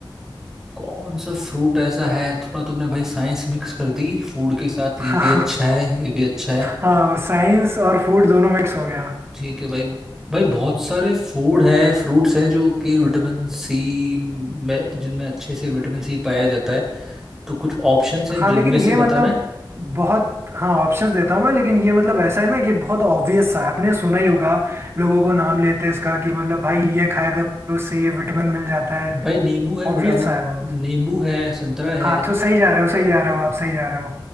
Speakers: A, in the centre; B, on the right.
A: कौन सा फ्रूट ऐसा है थोड़ा तुमने भाई साइंस मिक्स कर दी फूड के साथ
B: <laughs>
A: ये भी अच्छा है ये भी अच्छा है
B: हाँ साइंस और फूड दोनों मिक्स हो गया
A: ठीक है भाई भाई बहुत सारे फूड है फ्रूट्स है जो कि विटामिन सी में जिनमें अच्छे से विटामिन सी पाया जाता है तो कुछ ऑप्शंस है
B: हाँ
A: जिनमें
B: लेकिन
A: से
B: ये
A: बताना
B: मतलब
A: है
B: बहुत हाँ ऑप्शंस देता हूँ मैं लेकिन ये मतलब ऐसा है ना कि बहुत ऑब्वियस सा है आपने सुना ही होगा लोगों को नाम लेते हैं इसका कि मतलब भाई ये खाया करो उससे ये विटामिन मिल जाता है
A: भाई नींबू है विटामिन
B: ऑब्वियस सा है बहुत
A: नींबू है संतरा है
B: हाँ तो सही जा रहे हो सही जा रहे हो आप सही जा रहे हो